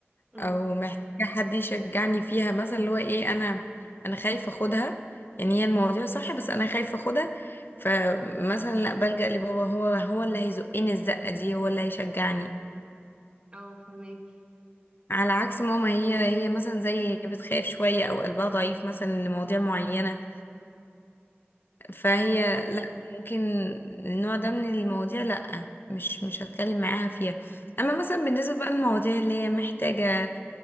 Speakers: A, on the right; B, on the left.
A: امم
B: او محتاجة حد يشجعني فيها مثلا اللي هو ايه انا انا خايفة اخدها يعني هي المواضيع صح بس انا خايفة اخدها فمثلا لا بلجأ لبابا هو هو اللي هيزقني الزقة دي هو اللي هيشجعني
A: او فهماكي
B: على عكس ماما هي هي مثلا زي بتخاف شوية او قلبها ضعيف مثلا لمواضيع معينة فهي
A: او
B: لا ممكن النوع ده من المواضيع لا مش مش هتكلم معاها فيها اما مثلا بالنسبة بقى للمواضيع اللي هي محتاجة